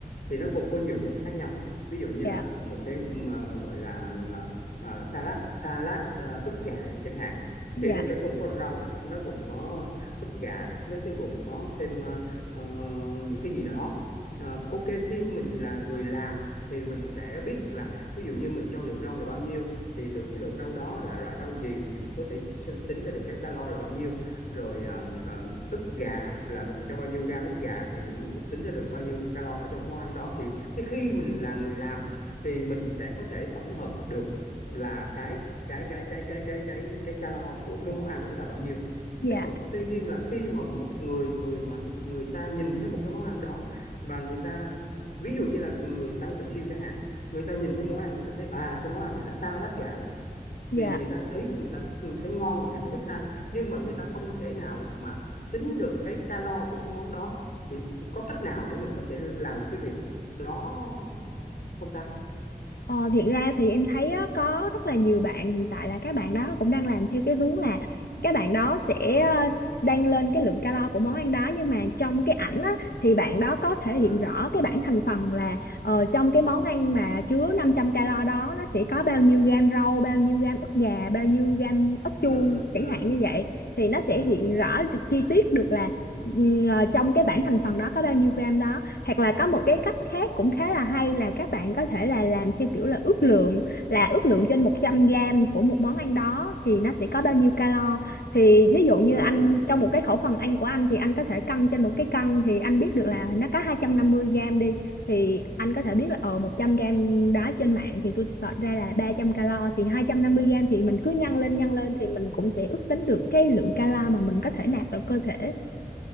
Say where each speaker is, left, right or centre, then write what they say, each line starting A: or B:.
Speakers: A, on the left (about 60°); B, on the left (about 85°).
A: thì nó gồm có nhiều phần khác nhau ví dụ như
B: dạ
A: là một cái mà gọi là ờ, ờ, salad salad ờ, ức gà đi chẳng hạn
B: dạ
A: thì nó sẽ gồm có rau này, nó gồm có ức gà này, nó sẽ gồm có thêm ờ, ờ, những cái gì đó Ờ, ok khi mình là người làm thì mình sẽ biết được là ví dụ như mình cho lượng rau là bao nhiêu thì từ cái lượng rau đó là loại rau gì thì mình có thể sinh- tính ra được cái calo là bao nhiêu rồi ờ, ờ, ức gà là mình cho bao nhiêu gam ức gà thì mình cũng tính ra được bao nhiêu calo ở trong cái món ăn đó thì cái khi mình là người làm thì mình sẽ có thể tổng hợp được là cái cái cái cái cái cái cái cái calo của cái món ăn đó là bao nhiêu
B: dạ
A: thế còn tuy nhiên là khi mà một người người mà người ta nhìn thấy một cái món ăn đó và người ta ví dụ như là người đang tập gym chẳng hạn người ta nhìn thấy món ăn người ta thấy à cái món ăn này là sa lát gà
B: dạ
A: thì người ta thấy người ta thấy ngon và người ta thích ăn nhưng mà người ta không thể nào mà tính được cái calo của cái món đó thì có cách nào để mình có thể làm được cái việc đó không ta
B: ờ, thiệt ra thì em thấy á, có rất là nhiều bạn hiện tại là các bạn đó cũng đang làm theo cái hướng là các bạn đó sẽ ờ, đang lên cái lượng calo của món ăn đó nhưng mà trong cái ảnh á, thì bạn đó có thể
A: ừ
B: hiện rõ cái bảng thành phần là ờ, trong cái món ăn mà chứa 500 calo đó nó sẽ có bao nhiêu gam rau bao nhiêu gam ức gà bao nhiêu gam ức chuông
A: ừ ừ
B: chẳng hạn như vậy thì nó sẽ
A: ừ
B: hiện rõ chi tiết được là ừ, ờ, trong cái bảng thành phần đó có bao nhiêu gram đó hoặc là có một cái cách khác cũng khá là hay là các bạn có thể là làm theo kiểu là ước lượng là ước lượng trên 100 gram của một món ăn đó thì nó sẽ có bao nhiêu calo thì ví dụ như
A: ừ
B: anh trong một cái khẩu phần ăn của anh thì anh có thể cân trên một cái cân thì anh biết được là nó có 250 gram đi thì anh có thể biết là ờ 100 gram đó trên mạng thì tôi search ra là ba trăm calo thì 250 gram thì mình cứ nhân lên nhân lên thì mình cũng sẽ ước tính được cái lượng calo mà mình có thể nạp vào cơ thể